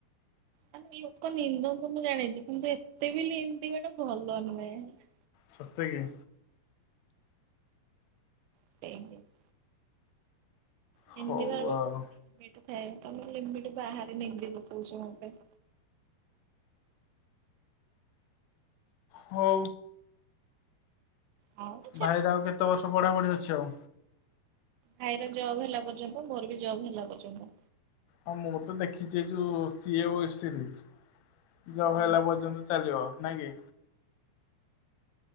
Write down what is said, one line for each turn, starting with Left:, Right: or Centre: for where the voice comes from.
Right: ମାନେ ଲୋକ ନିନ୍ଦନ୍ତି ମୁଁ ଜାଣିଛି କିନ୍ତୁ ଏତେ ବି ଲିନ୍ଦିବାଟା ଭଲ ନୁହେଁ ହେଲା।
Left: ସତେ କି?
Right: <unintelligible> ନିନ୍ଦି
Left: ହଉ
Right: ବାର
Left: ଆଉ
Right: ଲମିଟ ଥାଏ ତମେ ଲିମିଟ ବାହାରେ ନିନ୍ଦି ପକଉଛ ମୋତେ।
Left: ହଉ।
Right: ହଉ ଛେନା
Left: ଭାଇ ର ଆଉ କେତେ ବର୍ଷ ପଢ଼ାପଢି ଅଛି ଆଉ।
Right: ଭାଇର ଜବ୍ ହେଲା ପର୍ଯ୍ୟନ୍ତ, ମୋର ବି ଜବ୍ ହେଲା ପର୍ଯ୍ୟନ୍ତ।
Left: ହଁ, ମୁଁ ତ ଦେଖିଛି ଏ ଯୋଉ ସିଏଓବ୍ ସିରିଜି ଜବ
Right: ହୁଁ।
Left: ହେଲା ପର୍ଯ୍ୟନ୍ତ ଚାଲିବ ନା କି?